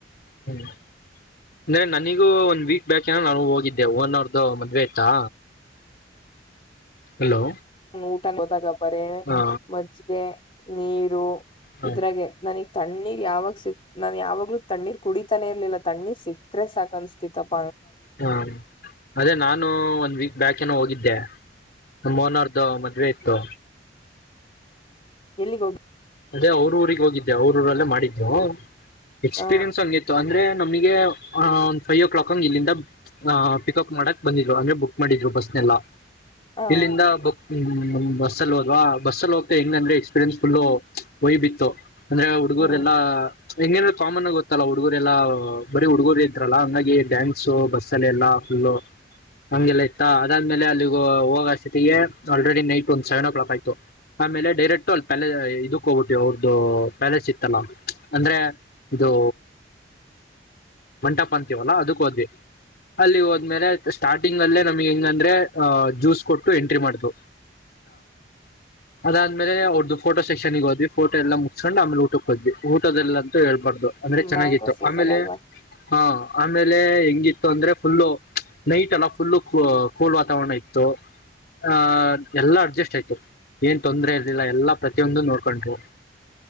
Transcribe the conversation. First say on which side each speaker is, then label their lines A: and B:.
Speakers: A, on the left; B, on the left.
A: ಹ್ಮ್ ಅಂದ್ರೆ ನನಿಗೂ ಒಂದ್ ವೀಕ್ ಬ್ಯಾಕ್ ಏನ ನಾನು ಹೋಗಿದ್ದೆ ಒನರ್ದು ಮದ್ವೆ ಇತ್ತಾ ಹಲೋ
B: ಹ್ಮ ಊಟ ಗೊದಾಗ ಬರೆ
A: ಹಾ
B: ಮಜ್ಗೆ ನೀರು
A: ಹ
B: ಇದ್ರಾಗೆ ನನಗ್ ತಣ್ಣೀರ್ ಯಾವಾಗ ಸಿಕ್ ನಾನ್ ಯಾವಾಗ್ಲೂ ತಣ್ಣೀರ್ ಕುಡಿತಾನೆ ಇರ್ಲಿಲ್ಲ ತಣ್ಣೀರ್ ಸಿಕ್ಕ್ರರೆ ಸಾಕ ಅನ್ಸ್ತಿತ್ತಪ್ಪ
A: ನಾನು ಅದೇ ನಾನು ಒಂದ್ ವೀಕ್ ಬ್ಯಾಕೇನ ಹೋಗಿದ್ದೆ ನಮ್ಮೋನಾರ್ದು ಮದ್ವೆ ಇತ್ತು
B: ಎಲ್ಲಿ ಗೋಬಿ
A: ಅದೇ ಅವ್ರ ಊರಿಗೆ ಹೋಗಿದ್ದೆ ಅವ್ರ ಊರಲ್ಲೇ ಮಾಡಿದ್ದು ಎಕ್ಸ್ಪೀರಿಯನ್ಸ್
B: ಹ
A: ಹಂಗಿತ್ತು ಅಂದ್ರೆ ನಮ್ಗೆ ಒ್ ಫೈವ್ ಓ ಕ್ಲಾಕ್ಂಗ ಇಲ್ಲಿಂದ ಪಿಕಪ್ ಮಾಡಕ್ ಬಂದಿದ್ರು ಅಂದ್ರೆ ಬುಕ್ ಮಾಡಿದ್ರು ಬಸ್ನೆಲ್ಲ
B: ಹ
A: ಇಲ್ಲಿಂದ ಬುಕ್ ಹ್ಮ್್ ಬಸ್ಸಲ್ಲಿ ಹೋದ್ ಬಸ್ಲ್ಲಿ ಹೋಗ್ತಾ ಹೆಂಗ್ ಅಂದ್ರೆ ಎಸ್ಪೀರಿಯನ್ಸ್ ಫುಲ್ ಹೂಯ್ ಬಿತ್ತು ಅಂದ್ರೆ ಹುಡುಗರೆನೆಲ್ಲಾ
B: ಹ್ಮ್
A: ಹಂಗೇಂದ್ರ ಕಾಮನ್ ಆಗ ಗೊತ್ತಲ್ಲ ಹುಡುಗುರೆಲ್ಲಾ ಬರೀ ಹುಡುಗೂರು ಇದ್ರಲ್ಲಾ ಹಂಗಾಗಿ ್ಯಾನ್ಸ್ ಬಸ್ಸಲ್ಲಿ ಎಲ್ಲ ಫುಲ್ ಹಂಗೆಲ್ಲಾ ಇತ್ತ ಅದಾದ್ಮೇಲೆ ಅಲ್ಲಿ ಹೋಗಸತಿಗೆ ಆಲ್ರೆಡಿ ನೈಟ್ ಒಂದ ಸೆವೆನ್ ಓ ಕ್ಲಾಕ್ ಆಯ್ತು ಆಮೇಲೆ ಡೈರೆಕ್ಟ್ ಅಲ್ಲಿ ಕಬಟ್ಟವಿ ಅವ್ರದ್ದು ಪ್ಯಾಲೇಸ್ ಇತ್ತಲ್ಲ ಅಂದ್ರೆ ಇದು ಮಂಟಪ್ ಅಂತೀವಲ್ಲ ಅದಕ್ ಹೋದ್ವಿ ಅಲ್ಲಿ ಹೋದ್ಮೇಲೆ ಸ್ಟಾರ್ಟಿಂಗ್ ಅಲ್ಲೇ ನಮ್ಗೆ ಹೆಂಗಂದ್ರೆ ಅಹ್ ಜ್ಯೂಸ್ ಕೊಟ್ಟು ಎಂಟ್ರಿ ಮಾಡ್ವು ಅದಾದ್ಮೇಲೆ ಅವ್ರ್ದು ಫೋಟೋ ಸೆಕ್ಷನ್ಿಗೆ ಹೋದ್ವಿ ಫೋಟೋ ಎಲ್ಲ ಮುಚ್ಸ್ಕೊಂಡು ಆಮೇಲೆ ಊಟಕ್ಕೆ ಹದ್ವಿ ಊಟದಲ್ಲ ಅಂತೂ ಹೇಳದ್ ಬೇಡ ಬಾರದು ಅಂದ್ರೆ ಚೆನ್ನಾಗಿತ್ತು
B: ಮ್ಯಾಂಗೋ ಸೀಸನ್
A: ಆಮೇಲೆ
B: ಅಲ್ವಾ
A: ಹಾ ಆಮೇಲೆ ಹೆಂಗಿತ್ತು ಅಂದ್ರೆ ಫುಲ್ಲು ನೈಟ್ ಎಲ್ಲ ಫುಲ್ಲು ಕೂಲ್ ವಾತಾವರಣ ಇತ್ತು ಆಹ ಎಲ್ಲಾ ಅಡ್ಜಸ್ಟ್ ಆಯಿತು ಏನ್ ತೊಂದ್ರ ಇರ್ಲಿಲ್ಲ ಎಲ್ಲಾ ಪ್ರತಿಯೊಂದು ನೋಡ್ಕೊಂಡ್ರು